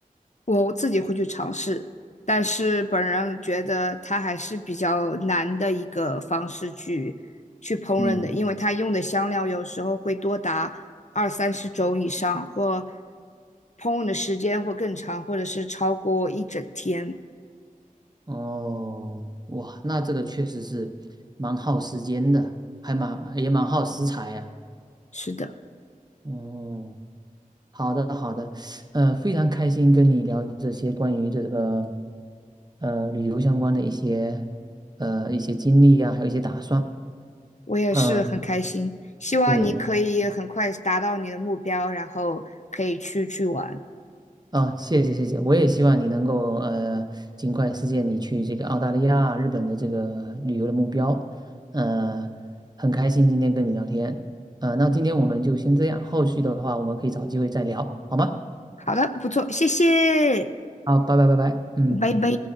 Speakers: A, on the left (about 55°); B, on the right (about 30°).
A: 我自己会去尝试，但是本人觉得它还是比较难的一个方式去去烹饪的，
B: 嗯，
A: 因为它用的香料有时候会多达二三十种以上，或烹饪的时间会更长，或者是超过一整天。
B: 哦，哇，那这个确实是蛮耗时间的，还蛮也蛮耗食材呀、
A: 是的，
B: 哦，好的，好的，呃，非常开心跟你聊这些关于这个呃旅游相关的一些呃一些经历啊，还有一些打算。
A: 我也是很开心，
B: 呃，
A: 希望你可以很快达到你的目标，
B: 对了，
A: 然后可以去去玩。
B: 啊，谢谢谢谢，我也希望你能够呃尽快实现你去这个澳大利亚、日本的这个旅游的目标。呃，很开心今天跟你聊天。呃，那今天我们就先这样，后续的话我们可以找机会再聊，好吗？
A: 好的，不错，谢谢。
B: 好，拜拜拜拜，嗯。
A: 拜拜。